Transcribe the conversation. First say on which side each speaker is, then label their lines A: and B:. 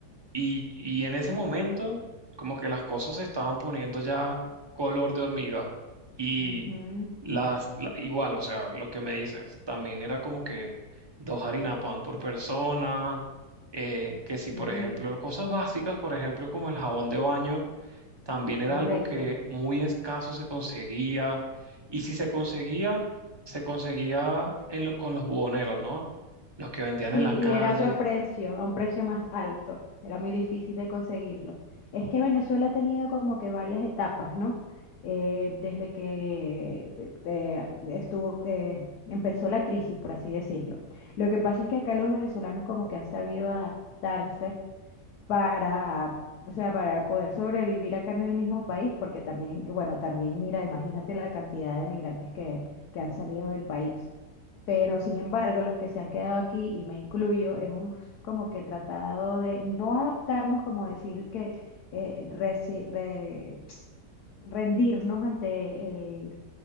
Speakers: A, on the right; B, on the left.
A: y, y en ese momento como que las cosas se estaban poniendo ya color de hormiga y
B: Ujú,
A: las, la- igual, o sea, lo que me dices, también era como que dos harina pan por persona, eh, que si
B: Sí,
A: por ejemplo cosas básicas, por ejemplo como el jabón de baño también era
B: correcto.
A: algo que muy escaso se conseguía y si se conseguía, se conseguía en lo- con los buhoneros, ¿no? Los que vendían
B: Sí,
A: en la calle.
B: y era otro precio, a un precio más alto. Era muy difícil de conseguirlo. Es que Venezuela ha tenido como que varias etapas, ¿no? Eh, desde que eh, eh, estuvo, eh, empezó la crisis, por así decirlo. Lo que pasa es que acá los venezolanos como que han sabido adaptarse para, o sea, para poder sobrevivir acá en el mismo país, porque también, bueno, también mira, imagínate la cantidad de migrantes que, que han salido del país. Pero sin embargo, los que se han quedado aquí, y me incluyo, hemos como que tratado de no adaptarnos, como decir que eh, resi- re- rendirnos ante el,